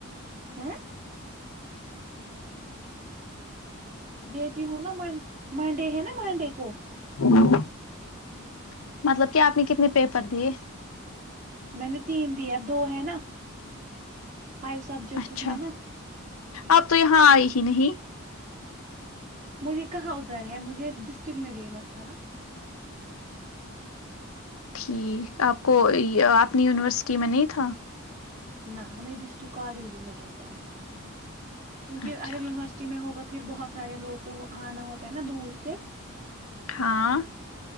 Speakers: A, on the right; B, on the left.
A: ہاں <inaudible> دیتی ہوں نا منڈے ہے نا مانڈے کو
B: ہاں <inaudible> مطلب کہ آپ نے کتنے پیپر دیے
A: میں نے تین دی اب دو ہے نا فائیو سبجیکٹ
B: اچھا
A: ہیں نا
B: اپ تو یہاں آئے ہی نہیں
A: مجھے کہاں ادھر ہے مجھے ڈسٹرکٹ میں دینا تھا نا
B: ٹھیک آپ کو اپنی یونیورسٹی میں نہیں تھا
A: نہ ہمیں ڈسٹرک کالجوں میں ہوتا ہے پھر کیونکہ
B: اچھا
A: اگر یونیورسٹی میں ہوگا تو پھر بہت سارے لوگوں آنا ہوتا ہے نا دور سے
B: ہاں